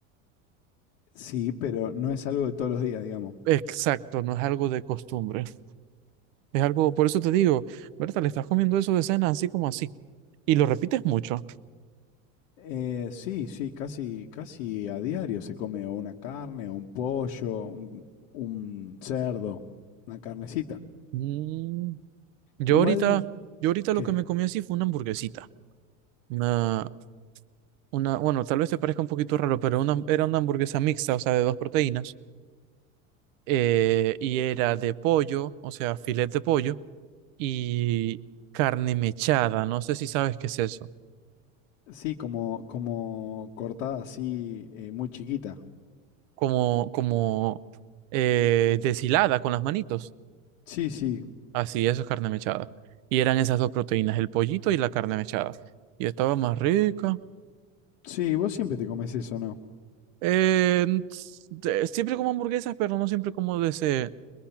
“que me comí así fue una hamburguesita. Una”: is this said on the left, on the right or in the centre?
Right